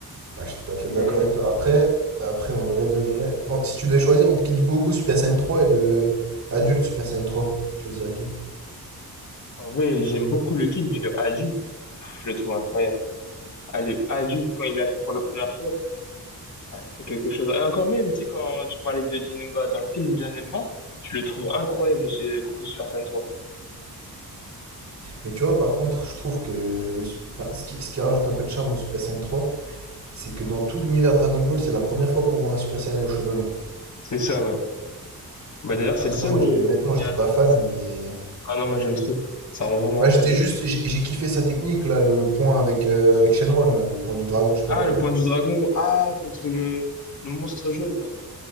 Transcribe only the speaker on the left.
Et
en vrai, j'aime beaucoup le Kid, mais le adulte, pff, je le trouve incroyable. Ah, le adulte, quand il l'a fait pour la première fois, ah, c'était quelque chose. Et encore même, tu sais, quand tu parlais de Janemba dans le film Janemba, je le trouve incroyable chez Goku Super Saiyan trois
C'est ça, ouais. Bah d'ailleurs,
c'est le seul
euh,
qui
a atteint
ce stade.
Ah non, moi j'aime trop. Ça rend vraiment
incroyable.
Ah,
le
point du dragon. Ah, contre le, le monstre jaune, là.